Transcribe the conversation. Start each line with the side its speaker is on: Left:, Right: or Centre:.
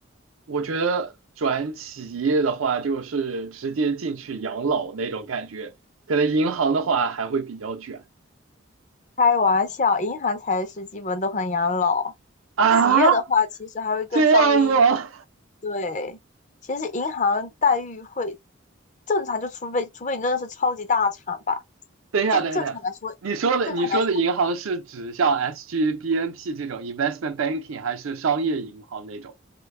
Right: 我觉得转企业的话，就是直接进去养老那种感觉，可能银行的话还会比较卷
Left: 开玩笑，银行才是基本都很养老，
Right: 啊。
Left: 企业的话其实还会更稍微
Right: 这样吗？
Left: 对。其实银行待遇会正常，就除非除非你真的是超级大厂吧，
Right: <laughs> 等一下，
Left: 正正常来说，
Right: 等一下，等一下，你说的你说的银行是指像
Left: 正常来说，
Right: SG、BNP 这种 investment banking，还是商业银行那种？